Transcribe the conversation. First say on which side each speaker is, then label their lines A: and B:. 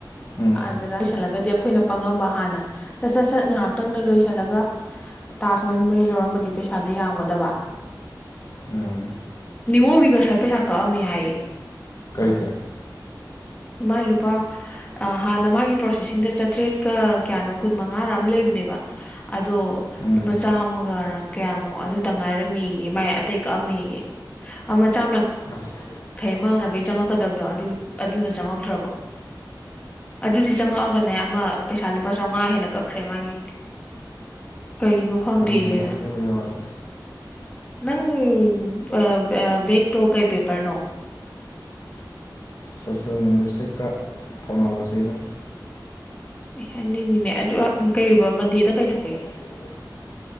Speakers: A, on the left; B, on the left.
A: ꯎꯝ
B: ꯑꯗꯨꯅ ꯂꯣꯏꯁꯤꯜꯂꯒꯗꯤ ꯑꯩꯈꯣꯏꯅ ꯄꯪꯉꯝꯕ ꯍꯥꯟꯅ ꯁꯠ ꯁꯠ ꯁꯠ ꯉꯥꯏꯍꯥꯛꯇꯪꯗ ꯂꯣꯏꯁꯤꯜꯂꯒ ꯇꯥꯛꯁ ꯃꯔꯤ ꯃꯔꯤ ꯂꯧꯔꯝꯃꯗꯤ ꯄꯩꯁꯥꯗꯣ ꯌꯥꯝꯒꯗꯕ
A: ꯎꯝ
B: ꯅꯤꯡꯉꯣꯜꯒꯤ ꯉꯁꯥꯏ ꯄꯩꯁꯥ ꯀꯛꯑꯝꯃꯦ ꯍꯥꯏꯌꯦ
A: ꯀꯩꯒꯤ?
B: ꯃꯥꯏ ꯂꯨꯄꯥ ꯑꯥ ꯍꯥꯟꯅ ꯃꯥꯒꯤ ꯄ꯭ꯔꯣꯁꯦꯁꯤꯡꯗ ꯆꯥꯇ꯭ꯔꯦꯠꯀ ꯀꯌꯥꯅꯣ ꯀꯨꯟ ꯃꯉꯥꯔ ꯑꯃ ꯂꯩꯕꯅꯦꯕ ꯑꯗꯣ
A: ꯎꯝ
B: ꯂꯨꯄꯥ ꯆꯥꯝꯃꯒꯔ ꯀꯌꯥꯅꯣ ꯑꯗꯨꯇꯪ ꯉꯥꯏꯔꯝꯃꯦꯌꯦ ꯃꯥꯏ ꯑꯇꯩ ꯀꯛꯑꯝꯃꯦꯌꯦ ꯑꯃ ꯆꯥꯝꯃ
A: ꯑꯁ
B: ꯈꯩ ꯃꯥꯅꯕꯩ ꯆꯪꯉꯛꯀꯗꯕꯗꯣ ꯑꯗꯨ ꯑꯗꯨꯅ ꯆꯪꯉꯛꯇ꯭ꯔꯕ ꯑꯗꯨꯗꯤ ꯆꯪꯉꯛꯑꯒꯅꯦ ꯑꯃ ꯄꯩꯁꯥ ꯂꯨꯄꯥ ꯆꯥꯎꯉꯥ ꯍꯦꯟꯅ ꯀꯛꯈ꯭ꯔꯦ ꯃꯥꯒꯤ ꯀꯩꯒꯤꯅꯣ ꯈꯪꯗꯦꯅ
A: ꯈꯪꯗꯦꯗ ꯑꯗꯨ ꯌꯥꯎꯔꯗꯤ
B: ꯅꯪ ꯑꯥ ꯑꯥ ꯕꯦꯛꯇꯣ ꯀꯩ ꯄꯦꯄꯔꯅꯣ
A: ꯁꯣꯁꯦꯜ ꯂꯤꯡꯒ꯭ꯋꯤꯁꯇꯤꯛꯀ ꯐꯣꯅꯣꯂꯣꯖꯤꯒ
B: ꯑꯦ ꯑꯅꯤꯅꯤꯅꯦ ꯑꯗꯨ ꯀꯩꯕ ꯃꯟꯗꯦꯗ ꯀꯩ ꯊꯣꯛꯀꯦ
A: <unintelligible>